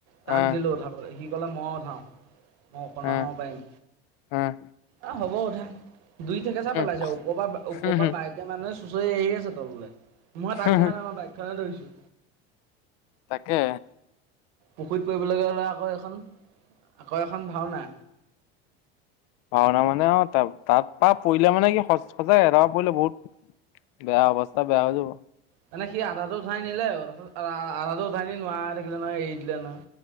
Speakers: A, on the right (about 70°); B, on the left (about 65°).
A: তাক
B: আহ
A: দিলোঁ উঠাবলৈ সি ক'লে মই উঠাওঁ মই <unintelligible>
B: আহ
A: পাৰিম।
B: আহ
A: আহ হ'ব উঠা দুই থেকেচা
B: হম
A: পেলাইছে। ওপৰৰ পৰা ওপৰৰ
B: হম হম
A: পৰা বাইক মানুহে চুঁচৰি আহি আছে তললৈ, মই
B: হম
A: তাক ধৰা নাই মই বাইকখনে ধৰিছোঁ।
B: তাকে
A: পুখুৰীত পৰিবলৈ গ'লে হ'লে আকৌ এখন আকৌ এখন ভাওনা।
B: ভাওনা মানে অ' ত তাত পৰা পৰিলে মানে কি স সজাই এ পৰা পৰিলে বহুত বেয়া অৱস্থা, বেয়া হৈ যাব।
A: মানে সি আধাটো উঠাই নিলে, আধাটো উঠাই নি নোৱাৰাই হয় থাকিলে নহয়, এৰি দিলে নহয়।